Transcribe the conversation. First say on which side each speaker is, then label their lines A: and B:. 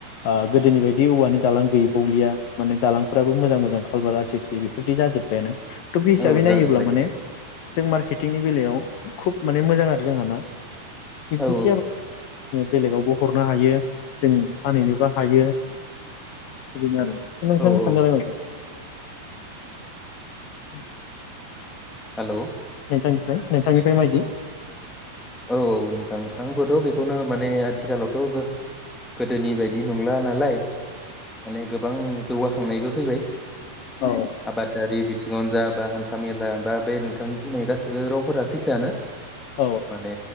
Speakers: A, on the left; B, in the centre.
A: आ नगोदोनि बायदि औवानि दालां गैबावलिया माने दालांफोराबो मोजां मोजां कालबार आसि सि बेफोरबायदि जाजोब्बायानो। थ पि हिसाबै
B: औ औ जाजोब्बाय
A: नायोब्ला माने। जों मार्केटिंनि बेलायाव खुब माने मोजां आरो जोंहा ना‌ थिग
B: औ
A: जिख बेलेगावबो हरनो हायो। जों फानहैनोबो हायो दा बेनो आरो। दा नोंथांनिसां
B: औ औ
A: साननाया माबायदि। <inaudible>
B: हेलौ।
A: नोंथनिफ्राय नोंथांनिफ्राय मायदि।
B: औ औ नोंथां आंबोथ' बेखौनो माने आथिखालावथगो गोदोनि बायदि नंला नालाय। माने गोबां जौगाखांनायबो फैबाय
A: औ
B: आबादारि बिद थिंङावनो जा बा हान। था मेरला बा बे नोंथांनि बुंनाय गासै बो रावफोरा सैथायोआानो।
A: औ
B: माने